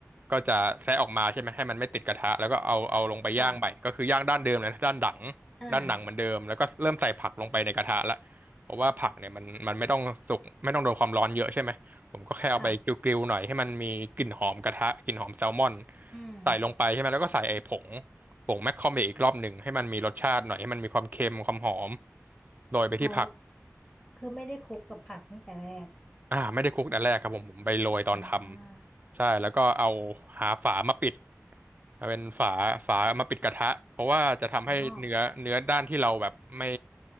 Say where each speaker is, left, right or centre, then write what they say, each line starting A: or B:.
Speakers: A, on the right (about 35°); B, on the left (about 20°).
A: ก็จะแซะออกมาใช่ไหมให้มันไม่ติดกระทะแล้วก็เอาเอาลงไปย่างใหม่ก็คือย่างด้านเดิมเลยนะด้านหลัง
B: ค่ะอ่า
A: ด้านหนังเหมือนเดิมแล้วก็เริ่มใส่ผักลงไปในกระทะละเพราะว่าผักเนี่ยมันมันไม่ต้องสุกไม่ต้องโดนความร้อนเยอะใช่ไหมผมก็แค่เอาไปกริลๆหน่อยให้มันมีกลิ่นหอมกระทะกลิ่นหอมแซลมอน
B: ค่ะอืม
A: ใส่ลงไปใช่ไหมแล้วก็ใส่ไอ้ผงผงแมคคอเมอีกรอบหนึ่งให้มันมีรสชาติหน่อยให้มันมีความเค็มความหอมโรยไปที่ผัก
B: อ๋อคือไม่ได้คลุกกับผักตั้งแต่แรก
A: อ่าไม่ได้คลุกแต่แรกครับผมผมไปโรยตอนทำใช่แล้วก็เอา
B: อ่า
A: หาฝามาปิดเอาเป็นฝาฝามาปิดกระทะเพราะว่าจะทำให้เนื้อเนื้อด้านที่เราแบบไม่
B: ปลาหม้อ